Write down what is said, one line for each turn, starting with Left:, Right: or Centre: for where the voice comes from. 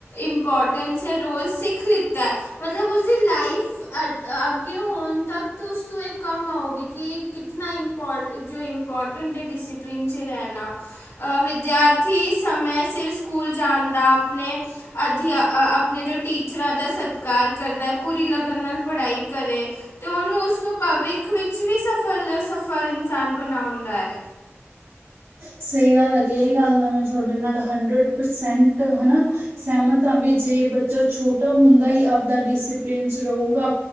Left: ਇੰਪੋਰਟੇਨਸ ਐ ਰੋਲ ਸਿੱਖ ਲਿੱਤਾ ਐ, ਮਤਲਬ ਉਸਦੀ ਲਾਈਫ ਕਿ ਹੁਣ ਤੱਕ ਤੁ ਤੋਂ ਇਹ ਕੰਮ ਆਉਗੀ ਕਿ, ਕਿਤਨਾ ਇਪੋਟ ਜੋ ਇੰਪੋਰਡੈਟ ਆ ਡਸਿਪਲਨ ਚ ਰਹਿਣਾ ਆ ਵਿਦਿਆਰਥੀ ਸਮੇਂ ਸਿਰ ਸਕੂ ਸਕੂਲ ਜਾਣ ਦਾ ਆਪਣੇ ਅਧਿਆ ਆ ਆਪਣੇ ਜੋ ਟੀਚਰਾਂ ਦਾ ਸਤਿਕਾਰ ਕਰਦਾ ਐ, ਪੂਰੀ ਲਗਨ ਨਾਲ ਪੜ੍ਹਾਈ ਕਰੇ ਤੇ ਉਹਨੂੰ ਉਸਨੂੰ ਭਵਿੱਖ ਵਿੱਚ ਵੀ ਸਫਲ-ਸਫਲ ਇਨਸਾਨ ਬਣਾਉਂਦਾ ਐ।
Right: ਸਹੀ ਗੱਲ ਐ ਦੀ ਇਹੀ ਗੱਲ ਨਾ ਮੈਂ ਸੋਡੇ ਨਾਲ ਹੰਡਰਡ ਪਰਸੈਂਟ ਹਨਾ ਸਹਿਮਤ ਆ ਵੀ ਜੇ ਬੱਚਾ ਛੋਟਾ ਹੁੰਦਾ ਈ ਆਪਦਾ ਡਿਸਪਲਿਨ ਚ ਰਹੁਗਾ